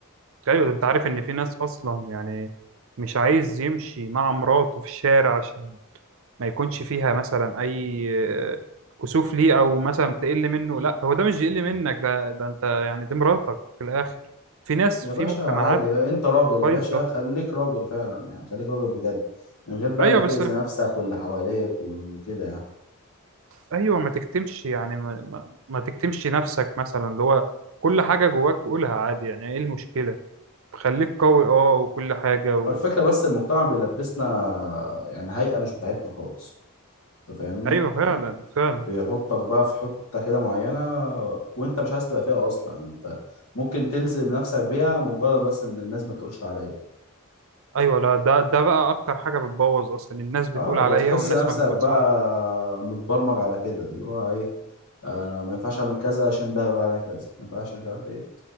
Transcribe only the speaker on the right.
ايوه ده انت عارف ان في ناس اصلا يعني مش عايز يمشي مع مراته في الشارع عشان ما يكونش فيها مثلا اي آه، كسوف ليه او مثلا تقل منه لا هو ده مش يقل منك ده ده انت يعني دي مراتك في الاخر في ناس
في
مجتمعات
بايظه
ايوه
بس
ايوه ما تكتمش يعني ما, ما, ما تكتمش نفسك مثلا اللي هو كل حاجه جواك قولها عادي يعني ايه المشكله خليك قوي اه وكل حاجه و...
ايوه فعلا
فعلا
ايوه لا ده ده بقى اكتر حاجه بتبوظ اصلا الناس بتقول
عليا
والناس
ما بتقولش
عليا